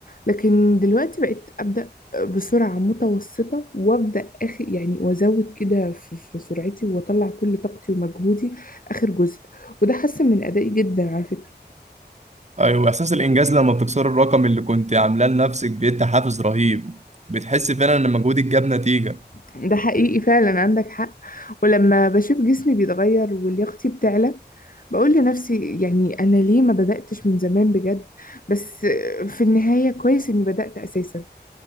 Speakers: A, on the left; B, on the right.
A: لكن دلوقتي بقيت ابدا بسرعه متوسطه وابدا اخر يعني وازود كده في, في سرعتي واطلع كل طاقتي ومجهودي اخر جزء وده حسن من ادائي جدا على فكره
B: ايوه احساس الانجاز لما بتكسر الرقم اللي كنت عاملاه لنفسك بيدي حافز رهيب بتحس فعلا ان مجهودك جاب نتيجه
A: ده حقيقي فعلا عندك حق ولما بشوف جسمي بيتغير ولياقتي بتعلى بقول لنفسي يعني أنا ليه ما بدأتش من زمان بجد بس في النهاية كويس إني بدأت أساسا